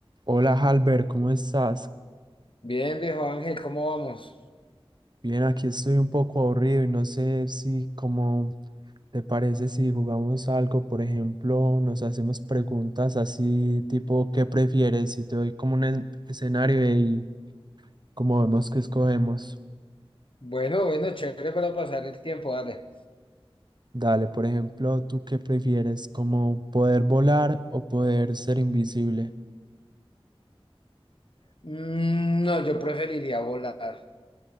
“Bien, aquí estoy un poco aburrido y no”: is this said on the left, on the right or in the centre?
Right